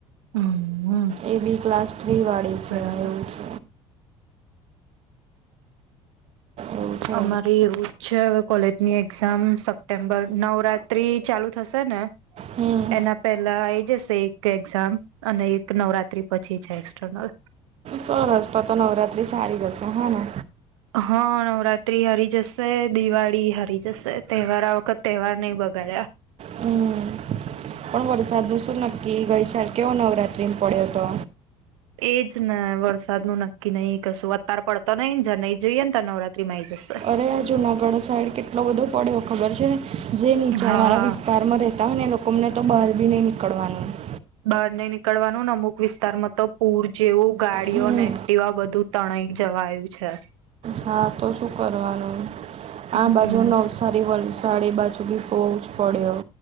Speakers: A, on the right; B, on the right.
A: હમ
B: એ બી ક્લાસ થ્રી વાળી છે
A: બરાબર
B: એવું છે. એવું છે
A: અમારે એવું છે અવે કોલેજની એક્ઝામ સપ્ટેમ્બર નવરાત્રી ચાલુ થશે ને.
B: હમ
A: એના પેલા આવી જશે. એક્ઝામ, અને એક નવરાત્રી પછી છે એક્સટરનલ.
B: સરસ તો તો નવરાત્રી સારી જશે હને?
A: હા નવરાત્રી આવી જશે દિવાળી આવી જશે તહેવારો આ વખત તહેવાર નઈ બગડ હે.
B: હમ પણ વરસાદનું શું નક્કી ગઈ સાલ કેવો નવરાત્રીમાં પડ્યો હતો.
A: એજ ને વરસાદનું નક્કી નહીં કશું અત્યારે પડતો નહીં જઈએ ને તો નવરાત્રીમાં આવી જશે.
B: આ જુનાગઢ સાઈડ કેટલો બધો પડ્યો ખબર છે, જે નીચાણ
A: હા
B: વાળા વિસ્તાર વિસ્તારમાં રહેતા હોય ને લોકો અમને તો બારબી નઈ નીકળવાનું હોય.
A: બાર નઈ નીકળવાનું અને અમુક વિસ્તારમાં તો પૂર જેવું ગાડીઓ
B: હમ
A: નેક્ટવા બધું. તણાય જવાય એવું છે.
B: હા તો શું કરવાનું? આ
A: હમ
B: બાજુ નવ સારી વલસાડ એ બાજુ બી બોઉ જ પડ્યો.